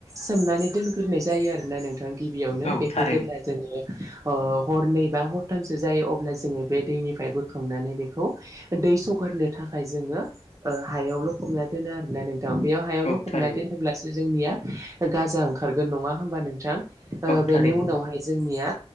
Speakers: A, on the right; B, on the left.
A: सोमनानै दोनग्रोनाय जायो आरोना नोंथां। गिबियावनो
B: औ
A: बेखौ
B: थारैनो
A: जेब्ला जोङो ओ हरनै बा हरथामसो जायो अब्ला जोङो बे दैनिफ्राय बोखांनानै बेखौ दै सरगारनो थाखाय जोङो हायावल' हबना दोनो आरोना नों बेयाव हायावल'
B: औ
A: लखबना
B: थारैनो
A: दोनोब्लासो जोंनिया गाजां ओंखा ओंखारगोन नङा होनबा नोंथां
B: औ
A: बेनि
B: थारैनो
A: उनावहाय जों निया